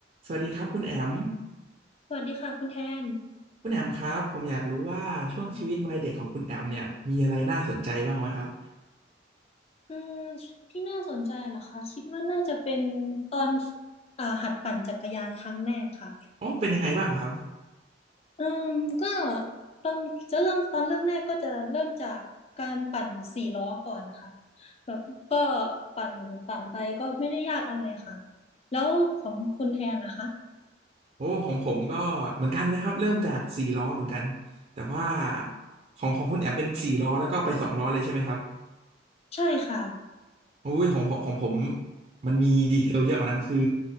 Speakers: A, on the right; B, on the left.
A: สวัสดีครับคุณแอม
B: สวัสดีค่ะคุณแทน
A: คุณแอมครับผมอยากรู้ว่าช่วงชีวิตวัยเด็กของคุณแอมเนี่ยมีอะไรน่าสนใจบ้างไหมครับ
B: อืมอืมที่น่าสนใจเหรอคะคิดว่าน่าจะเป็นตอนเอ่อหัดปั่นจักรยานครั้งแรกค่ะ
A: อ๋อเป็นยังไงบ้างครับ
B: อืมก็ตอนจะเริ่มตอนเริ่มแรกก็จะเริ่มจากการปั่นสี่ล้อก่อนค่ะแบบก็ปั่นปั่นไปก็ไม่ได้ยากอะไรค่ะแล้วของคุณแทนล่ะคะ
A: โอ้ของผมก็เหมือนกันเลยครับเริ่มจากสี่ล้อเหมือนกันแต่ว่าของของคุณแอมเป็นสี่ล้อแล้วก็ไปสองล้อเลยใช่ไหมครับ
B: ใช่ค่ะ
A: อุ้ยของผมของผมมันมีดีเทลเยอะกว่านั้นคือ